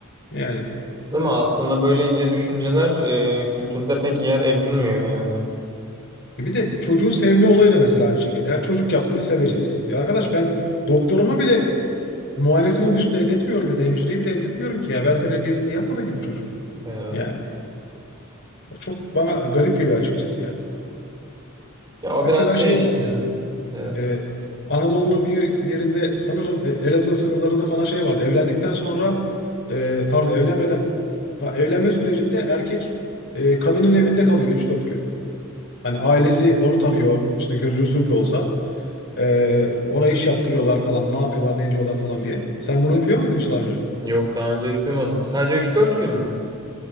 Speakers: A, on the left; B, on the right.
A: Yani
B: Değil mi? Aslında böyle ince düşünceler e, kültürde pek yer edinmiyor yani.
A: E bir de çocuğu sevme olayı da mesela aynı şekilde. Ya çocuk yaptığını seveceğiz. Ya arkadaş ben doktoruma bile e, muayenesinin dışında elletmiyorum ya da hemşireyi bile elletmiyorum ki ya. Ben sen elliyesin diye yapmadın gibi çocuğu.
B: Evet.
A: Yani Ya çok bana garip geliyor açıkçası yani.
B: Ya o
A: Mesela
B: biraz şey
A: şey
B: işte.
A: var.
B: Evet.
A: Ee, Anadolu'nun bir bir yerinde sanırım e, Elazığ sınırlarında falan şey vardı. Evlendikten sonra e, pardon evlenmeden pa- evlenme sürecinde erkek e, kadının evinde kalıyor üç dört gün. Hani ailesi onu tanıyor işte görücü usulü de olsa. E, ona iş yaptırıyorlar falan ne yapıyorlar ne ediyorlar falan diye. Sen bunu biliyor muydun hiç daha önce?
B: Yok daha önce hiç duymadım. Sadece üç dört gün mü?